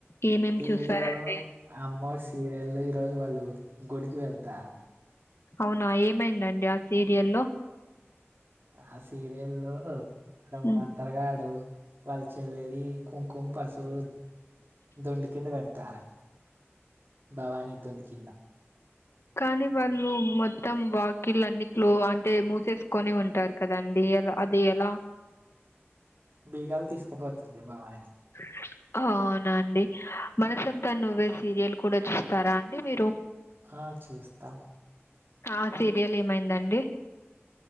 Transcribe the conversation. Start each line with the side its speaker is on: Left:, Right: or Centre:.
Left: ఏమేమి
Right: టీవీలో
Left: చూసారండి
Right: అమ్మో సీరియల్లో ఈ రోజు వాళ్ళు గుడికి వెళ్తారు
Left: అవునా ఏమైందండి ఆ సీరియల్లో
Right: ఆ సీరియల్లో ఆ
Left: ఉమ్.
Right: మంత్రగాడు వాళ్ళ చెల్లెలి కుంకుమ పసుపు దొండుకింద పెడతారు భవాని దుండ కింద
Left: కానీ వాళ్ళు మొత్తం వాకిలు అన్నిట్లో అంటే మూసేసుకొని ఉంటారు కదండీ అది ఎలా
Right: బీగాలు తీసుకుపోతుంది భవాని
Left: <inaudible> అవునా అండి మనసంతా నువ్వే సీరియల్ కూడా చూస్తారా అండి మీరు.
Right: ఆ చూస్తాం
Left: ఆ సీరియల్ ఏమైందండి